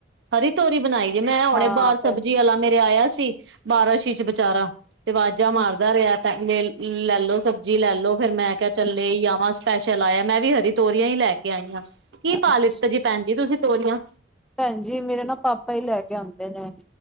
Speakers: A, on the right; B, in the centre.
A: ਹਰੀ ਤੋਰੀ ਬਣਾਈ ਏ? ਮੈਂ ਹੁਣੇ
B: ਹਾਂ,
A: ਬਾਰ
B: ਭੈਣ,
A: ਸਬਜ਼ੀ ਵਾਲ ਆ ਮੇਰੇ ਆਇਆ ਸੀ ਬਾਰਾਂ ਛੀ ਚ ਵਿਚਾਰਾ ਤੇ ਵਾਜਾ ਮਾਰਦਾ
B: ਅੱਛਾ,
A: ਰਿਆ ਮੇਲ ਲੈਲੋ ਸਬਜ਼ੀ ਲੈ ਲੋ ਫੇਰ ਮੈਂ ਕਿਆ ਚੱਲ
B: ਅੱਛਾ,
A: ਲੇ ਈ ਆਵਾਂ ਸਪੈਸ਼ਲ ਆਇਆ ਮੈਂ ਵੀ ਹਰੀ ਤੋਰੀਆਂ ਈ ਲੈ ਕੇ ਆਈਆਂ। ਕੀ
B: ਅੱਛਾ।
A: ਭਾ ਲਿੱਤਾ ਜੀ ਭੈਣ ਜੀ ਤੁਸੀਂ ਤੋਰੀਆਂ?
B: ਭੈਣ ਜੀ ਮੇਰੇ ਨਾ ਪਾਪਾ ਈ ਲੈ ਕੇ ਆਂਦੇ ਨੇ।